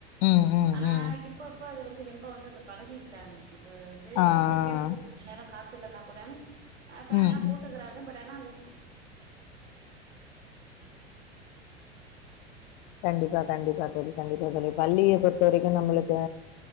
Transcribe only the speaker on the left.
ம், ம்,
ம்.
ஆ.
ம்
ம்
கண்டிப்பா கண்டிப்பா தோளி கண்டிப்பா தோளி பள்ளியை பொறுத்த வரைக்கு நம்மளுக்கு